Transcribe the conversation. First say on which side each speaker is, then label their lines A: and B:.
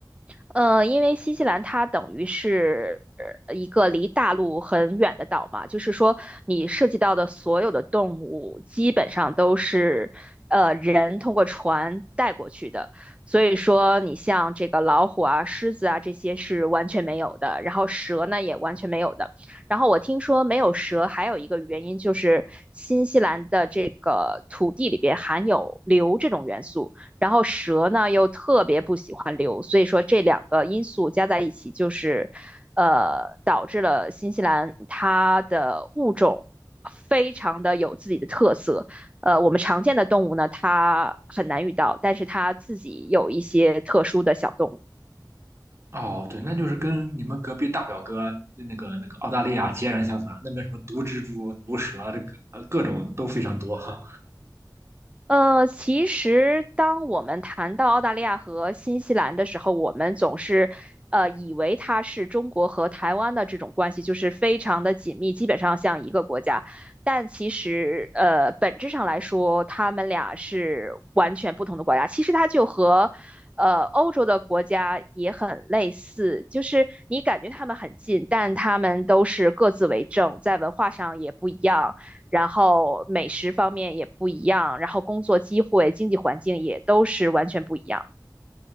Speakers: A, on the right; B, on the right.
A: 呃，因为新西兰它等于是呃一个离大陆很远的岛嘛，就是说你涉及到的所有的动物基本上都是呃人通过船带过去的，所以说你像这个老虎啊、狮子啊这些是完全没有的，然后蛇呢也完全没有的。然后我听说没有蛇还有一个原因就是新西兰的这个土地里边含有硫这种元素。然后蛇呢又特别不喜欢硫，所以说这两个因素加在一起，就是呃导致了新西兰它的物种非常的有自己的特色。呃，我们常见的动物呢，它很难遇到，但是它自己有一些特殊的小动物。
B: 哦，对，那就是跟你们隔壁大表哥那个那个澳大利亚截然相反，那边什么毒蜘蛛、毒蛇，这个呃各种都非常多。<laughs>
A: 呃，其实当我们谈到澳大利亚和新西兰的时候，我们总是呃以为它是中国和台湾的这种关系，就是非常的紧密，基本上像一个国家。但其实呃本质上来说，他们俩是完全不同的国家。其实它就和呃欧洲的国家也很类似，就是你感觉他们很近，但他们都是各自为政，在文化上也不一样。然后美食方面也不一样，然后工作机会、经济环境也都是完全不一样。